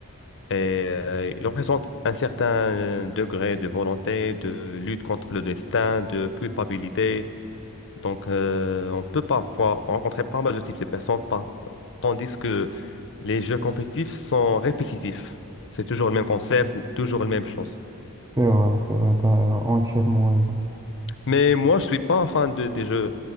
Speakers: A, on the left; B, on the right.
A: Et euh, il représente un certain euh, degré de volonté, de lutte contre le destin, de culpabilité. Donc, euh, on peut parfois rencontrer pas mal de types de personnes, par- tandis que les jeux compétitifs sont répétitifs. C'est toujours le même concept, toujours la même chose.
B: C'est vrai, c'est vrai, t'as entièrement raison.
A: Mais moi, je suis pas fan de, des jeux